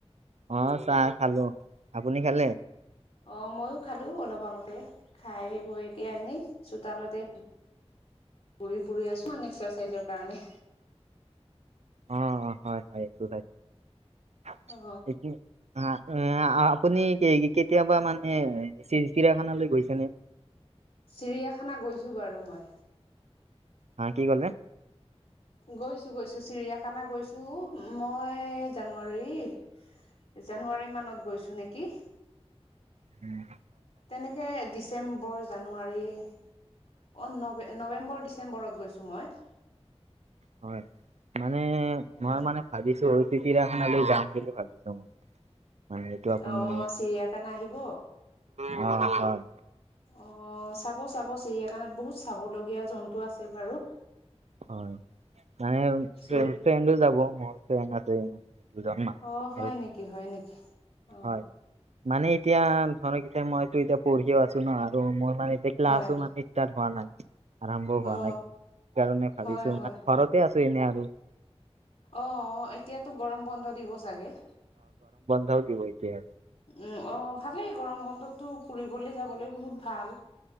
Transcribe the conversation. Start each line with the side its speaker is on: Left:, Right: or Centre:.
Right: অ, চাহ খালো আপুনি খালে?
Left: অ, মইও খালো অলপ আগতে খাই বৈ এতিয়া এনেই চোতালতে
Right: হয়।
Left: পুৰি - পুৰি আছো আন এক্সাৰচাইজৰ কাৰণে।
Right: অ, হয় - হয়। ল আপুনি <unintelligible>
Left: অ
Right: কেতিয়াবা মানে চিৰাখানালৈ গৈছে নে।
Left: চিৰিয়াখানা গৈছো বাৰু মই।
Right: হা কি ক'লে
Left: গৈছো - গৈছো চিৰিয়াখানা গৈছো। চু মই জানুৱাৰী জানুৱাৰী মানত গৈছো নেকি?
Right: উম,
Left: তেনেকে ডিচেম্বৰ জানুৱাৰী অ, নবন নৱেম্বৰ ডিচেম্বৰত গৈছো মই।
Right: হয় মানে
Left: অ
Right: মই মানে ভাবিছো হয় চিৰিয়াখানালৈ যাম বুলি ভাবিছো মানে। এইটো আপোনাৰ
Left: অ, চিৰিয়াখানা আহিব।
Right: অ, হয়।
Left: অ, চাব - চাব চিৰিয়াখানাত বহুত চাবলগীয়া জন্তু আছে বাৰু।
Right: হয়। মানে
Left: চি
Right: ফ্ৰেণ্ডো যাব মোৰ ফ্ৰেণ্ড আছে দুজনমান।
Left: অ, হয়
Right: আৰু
Left: নেকি- হয় নেকি? অ
Right: হয় মানে এতিয়া ধৰক কি মইতো এতিয়া পঢ়িও আছো ন আৰু মোৰ মানে যে ক্লাছো
Left: হয়
Right: মানে ষ্টাৰ হোৱা নাই। আৰম্ভ হোৱা
Left: অ
Right: নাই সেইকাৰণে ভাবিছো
Left: হয় হয়
Right: মান ঘৰতে আছো এনে আৰু।
Left: অ, এতিয়াতো গৰম বন্ধ দিব চাগে।
Right: চ দিব এতিয়া।
Left: উম, অ' ভালেই গৰম বন্ধতটো ফুৰিবলৈ যাবলৈ বহুত ভাল